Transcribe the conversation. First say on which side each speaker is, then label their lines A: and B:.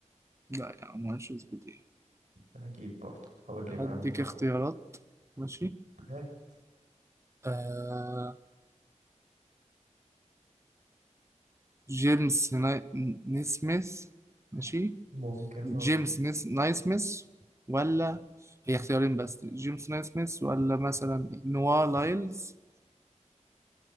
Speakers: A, on the right; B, on the right.
A: لا يا عم مش اثبت ايه
B: أكيد برضه هقول
A: هديك
B: لي بقى مين هو
A: اختيارات ماشي
B: هات
A: آه جيمس ناي... نيسميث ماشي
B: ممكن
A: جيمس
B: اه
A: نيس... نايسميث ولا هي اختيارين بس جيمس نايسميث ولا مثلا نوا لايلز